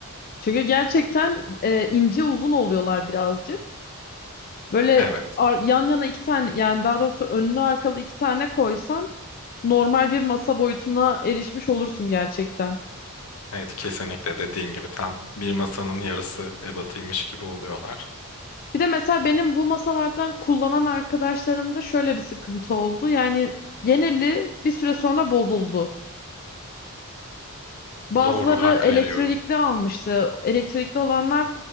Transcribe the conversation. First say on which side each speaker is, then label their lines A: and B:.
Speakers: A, on the left; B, on the left.
A: Çünkü gerçekten e, ince uzun oluyorlar birazcık. Böyle
B: Evet,
A: ar- yan yana iki tane yani daha doğrusu önlü arkalı iki tane koysan normal bir masa boyutuna erişmiş olursun gerçekten.
B: evet kesinlikle dediğin gibi tam bir masanın yarısı ebatıymış gibi oluyorlar.
A: Bir de mesela benim bu masalardan kullanan arkadaşlarımda şöyle bir sıkıntı oldu. Yani geneli bir süre sonra bozuldu. Bazıları
B: Doğru, hak
A: elektrikli
B: veriyorum.
A: almıştı. Elektrikli olanlar